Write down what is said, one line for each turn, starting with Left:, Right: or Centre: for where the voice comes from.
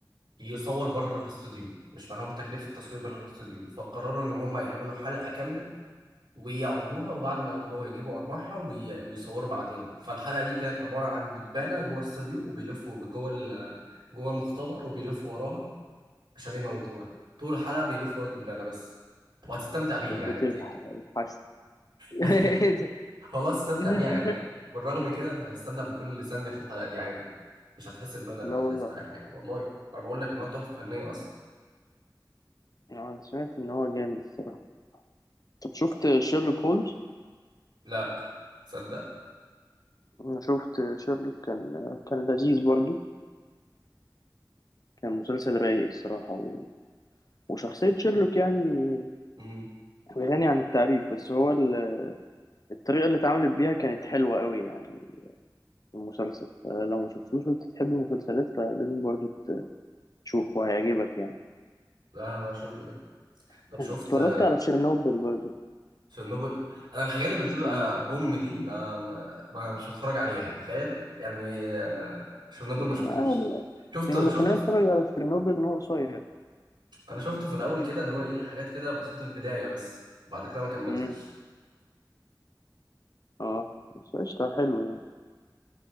Right: يصور بره الاستوديو مش معاهم تكلفه التصوير بره الاستوديو فقرروا ان هم يعملوا حلقه كامله ويعرضوها وبعد ما يعرضوها يجيبوا ارباحها وي- ويصوروا بعدين فالحلقه دي كانت عباره عن دبانه جوه استوديو وبيلفوا جوه ال- جوه المختبر وبيلفوا وراها عشان يموتوها طول الحلقه بيلفوا ورا الدبانه بس وهتستمتع بيها
Left: والبيت
Right: يعني انت
Left: الح- الحشو
Right: <laughs>
Left: <laughs> ايه ده
Right: خلاص استمتع
Left: <laughs>
Right: بيها يعني بالرغم من كده انت هتستمتع بكل ثانيه في الحلقه دي عادي مش هتحس بملل
Left: لا
Right: ولا
Left: والله
Right: هتحس باي حاجه والله انا بقول لك ان هو تحفه فنيه اصلا
Left: انا سمعت ان هو جامد الصراحه طب شفت شيرلوك هولمز
Right: لا تصدق
Left: انا شفت شيرلوك كان كان لذيذ برضو كان مسلسل رايق الصراحه و... وشخصيه شيرلوك يعني
Right: امم
Left: غني عن التعريف بس هو ال- الطريقه اللي اتعملت بيها كانت حلوه قوي يعني في المسلسل فلو ما شفتوش وانت تحب المسلسلات فلازم برضو تشوفه هيعجبك يعني
Right: لا هبقى اشوفه ده طب شفت
Left: اتفرجت
Right: آه،
Left: على شيرنوبل برضو
Right: تشيرنوبل انا الحاجات اللي بتبقى
Left: مم.
Right: بوم دي ما, ما, ما مش بتفرج عليها تخيل يعني آه، تشيرنوبل ما شفتوش
Left: ما...
Right: شفته
Left: انا اللي
Right: شفته
Left: خلاني
Right: في...
Left: اتفرج على شيرنوبل ان هو قصير
Right: انا شفته في الاول كده اللي هو ايه حاجات كده بسيطه البدايه بس بعد كده ما كملتش
Left: مم. اه بس قشطة حلو يعني